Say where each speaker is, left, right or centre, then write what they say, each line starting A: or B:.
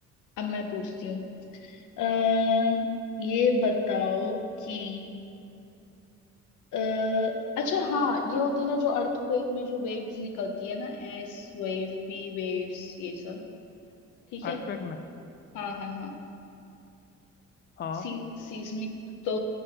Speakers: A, on the left; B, on the left.
A: अब मैं पूछती हूँ अः ये बताओ कि अः अच्छा हाँ ये होती है ना जो अर्थक्वेक में जो वेव्स निकलती है ना एस वेव पी वेव्स ये सब ठीक है
B: अर्थक्वेक में
A: हाँ हाँ हाँ
B: हाँ
A: सी, सीस्मिक तो